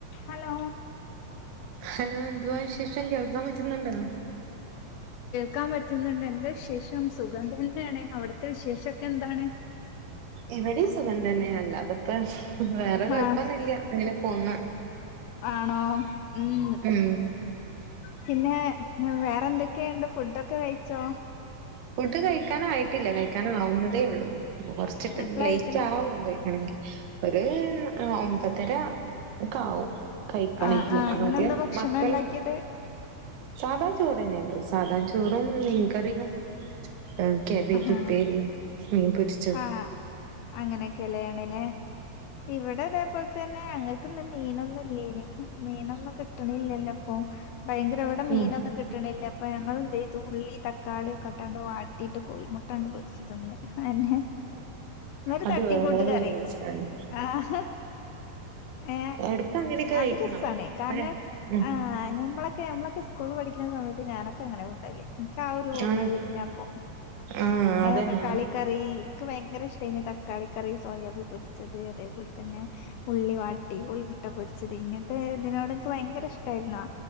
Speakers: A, on the left; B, on the right.
A: Hello
B: hello എന്തുവാ വിശേഷം കേൾക്കാൻ പറ്റുന്നുണ്ടോ
A: ക്കാൻ പറ്റുന്ന്ണ്ട് എന്താ വിശേഷം സുഖം തന്നെയാണ് അവിടുത്തെ വിശേഷഒക്കെ എന്താണ്-
B: ഇവിടെയും സുഖം തന്നെയല്ല അതപ്പ വേറെ കുഴപ്പൊന്നുല്ല്യ
A: ആഹ്
B: അങ്ങനെ പോന്ന്
A: ആണോ
B: ഉം
A: ഉം പിന്നെ വേറെ എന്തൊക്കെണ്ട്? ഫുഡൊക്കെ കഴിച്ചോ?
B: ഫുഡ് കയി കഴിക്കാൻ ആയിട്ടില്ല കഴിക്കാൻ ആവുന്നതേ ഉള്ളൂ. ഇപ്പ കൊറച്ചിട്ട്
A: എപ്പളാ
B: ലേറ്റ്
A: കഴിക്കല്
B: ആവും കഴിക്കണങ്കി ഒര് ഏഹ് ഒ മ്പതര. ഒക്കാവും കഴിക്കണേങ്കില്.
A: ആഹ് ആഹ് ഇന്നെന്താ
B: ആദ്യം
A: ഭക്ഷണം
B: മക്കളിം
A: ഉണ്ടാക്കിയത്
B: സാധാ ചോറന്നെ ഒള്ളു. സാധാ ചോറും മീൻകറിയും. ഏഹ് കബേജ്
A: ആഹ്
B: ഉപ്പേരിം മീൻ പൊരി
A: ആഹ് അങ്ങനെക്കെലേണ് ലേ. ഇവിടെദേ പോൽ തന്നെ ഞങ്ങക്ക് ന്ന് മീനൊന്നും ഇല്ലേനി. മീനൊന്നും കിട്ട്ണില്ലല്ലോ ഇപ്പം ഭയങ്കര ഇവടെ മീനൊന്നും
B: ഉം
A: കിട്ട്ണില്ല പ്പം ഞങ്ങളെന്തയ്തു ഉള്ളി തക്കാളിയൊക്കെട്ടാണ്ട് വാട്ടിയിട്ട് കോഴിമുട്ടാണ്ട് പൊരിച്ച് തിന്ന്. അതന്നെ ഇന്നൊരു
B: അത്
A: തട്ടിക്കൂട്ട്
B: വേറൊരു
A: കറി
B: രസാണ്
A: ആഹ് ഏഹ്
B: എടക്ക് അങ്ങനെയൊക്കെ
A: അത്
B: കഴിക്കണം
A: രസാണെ.
B: അപ്പഴ
A: കാരണം
B: ഉം
A: ഏഹ് ഞമ്മള് ക്കെ ഞമ്മളൊക്ക സ്കൂളില് പഠിക്ക്ണ സമയത്ത് ഞാനൊക്കെങ്ങനെ കുണ്ടവല്. ഇൻക്കാ ഒരോർമ്മെ
B: ആഹ്
A: വര്ന അപ്പം.
B: ആഹ്
A: ഏഹ്
B: അതന്നെ
A: തക്കാളിക്കറി ക്ക് ഭയങ്കര ഇഷ്ടേനി തക്കാളി കറി, സോയാബി പൊരിച്ചത്, അതേപോലെ തന്നെ ഉള്ളി വാട്ടി കോഴിമുട്ട പൊരിച്ചത് ഇങ്ങൻത്തെ ഇതിനോട് ഇൻക്ക് ഭയങ്കര ഇഷ്ടായ്രുന്നോ